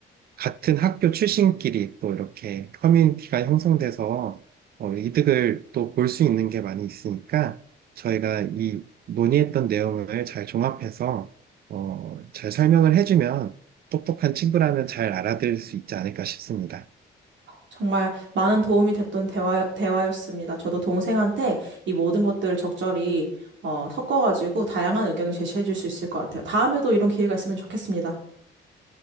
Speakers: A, on the right; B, on the right.
A: 같은 학교 출신끼리 또 이렇게 커뮤니티가 형성돼서 어, 이득을 또 볼 수 있는 게 많이 있으니까 저희가 이 논의했던 내용을 잘 종합해서 어, 잘 설명을 해주면 똑똑한 친구라면 잘 알아들을 수 있지 않을까 싶습니다.
B: 정말 많은 도움이 됐던 대화, 대화였습니다. 저도 동생한테 이 모든 것들을 적절히 어, 섞어가지고 다양한 의견을 제시해 줄 수 있을 것 같아요. 다음에도 이런 기회가 있으면 좋겠습니다.